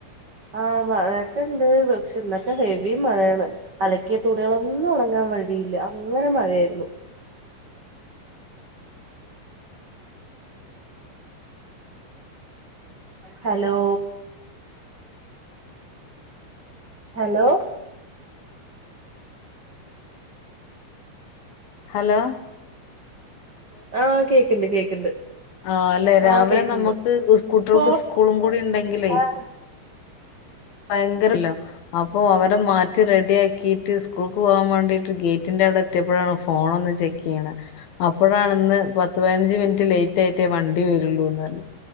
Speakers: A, on the right; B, on the left.
A: ആഹ മഴയൊക്കെ ഇണ്ട് പക്ഷെ ഇന്നൊക്കെ ഹെവി മഴയാണ്. അലക്കിയ തുണികളൊന്നും ഒണ ങ്ങാ വഴിയില്ല. അങ്ങനെ മഴയായിരുന്നു.
B: <inaudible>
A: ഹലോ? ഹലോ.
B: ഹലോ.
A: ആഹ് കേക്ക്ണ്ട് കേക്ക്ണ്ട്.
B: ആ അല്ലെ രാവിലെ
A: ആഹ് കേക്ക്ണ്ട്
B: നമ്മുക്ക് കുട്ടിയ
A: ഫോൺ
B: ൾക്ക് സ്കൂളും കൂടി ഇണ്ടെങ്കിലേ
A: ആഹ്
B: ഭയങ്കരല്ല അപ്പൊ അവരെ മാറ്റി റെഡി ആക്കി ഗേറ്റ് സ്കൂളക്ക് പോകാൻ വേണ്ടിട്ട് ഗേറ്റിൻന്റെറെ അവിടെ എത്തിയപ്പോഴാണ് ഫോണ് ഒന്ന് ചെക്കയ്യണ അപ്പോഴാണ് ഇന്ന് പത്ത് പതിനഞ്ച് മിനിറ്റ് ലേറ്റ് ആയിട്ടേ വണ്ടി വരുള്ളൂന്ന് പറഞ്ഞ